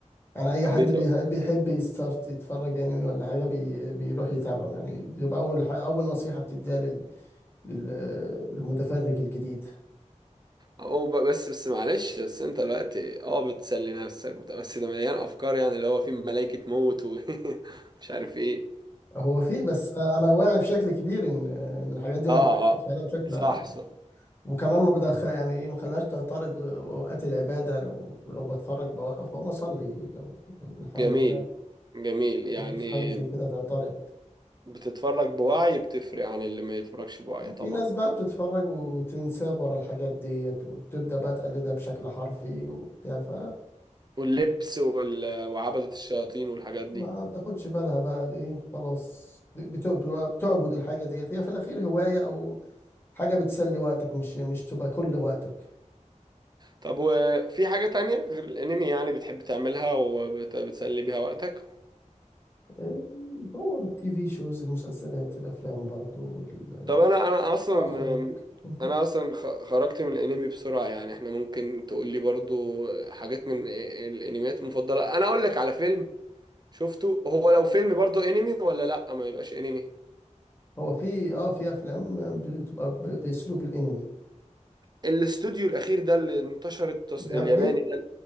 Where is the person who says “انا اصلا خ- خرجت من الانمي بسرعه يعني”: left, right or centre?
Right